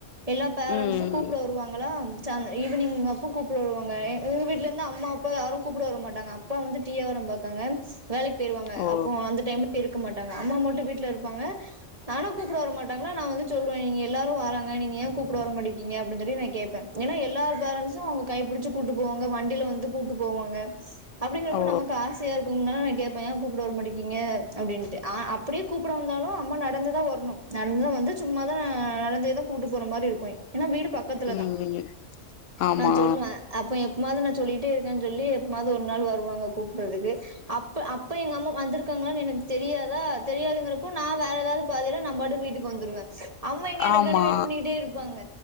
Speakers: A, on the right (about 30°); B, on the left (about 85°).
A: எல்லா பேரன்ஸ்சு
B: ம்
A: கூப்ட
B: ம்
A: வருவாங்களா ச்சாங்க ஈவினிங் அப்ப கூப்ட வருவாங்க எ எங்க வீட்லேருந்து அம்மா அப்பா யாரு கூப்ட வர மாட்டாங்க அப்பா வந்து டீ யாவரம் பாக்காங்க வேலைக் பேய்ருவாங்க
B: ஓ
A: அப்போ அந்த டைம் இருக்க மாட்டாங்க அம்மா மட்டு வீட்ல இருப்பாங்க நானு கூப்புட வரட்டாங்களா நா வந்து சொல்லுவ நீங்க எல்லாரு வராங்க நீங்க ஏன் கூப்ட வரமாட்டிகிங்க அப்டின் சொல்லி நா கேப்ப ஏனா எல்லாரு பேரண்ஸ்சு அவங்க கைப்பிடிச்சி கூட்டு போவங்க வண்டில வந்து கூட்டு போவாங்க அப்டிங்கிறப்போ
B: ஓ
A: நமக்கு ஆஸ் சையா இருக்கும் தான நா கேப்பே ஏ கூப்ட வர மாட்டிகிங்க அப்டின்ட்டு ஆ அப்டியே கூப்ட வந்தாலு அம்மா நடந்துதா வரணு நடந்துதா வந்து சும்மாதா நடந்தே தா கூட்டு போற மாரி இருக்கு ஏனா வீடு பக் பக்கத்துல
B: ம்
A: தா
B: ஆமா
A: நா சொல்லுவ அப்ப எப்மாது நா சொல்லிட்டே இருக்கேன் சொல்லி எப்மாவது ஒரு நாள் வருவாங்க கூப்டறதுக்கு அப் ப அப்ப எங்க அம்மா வந்துருக்காங்களான் எனக்கு தெரியாதா தெரியாதுங்கிறப் ப்போ நா வேற ஏதாது பாதைல நா பாட்டுக்கு வீட்டுக்கு வந்துருவ அம்மா இங்க எனக்காண்டி
B: ஆமா
A: வெயிட் பண்ணிட்டே இருப்பாங்க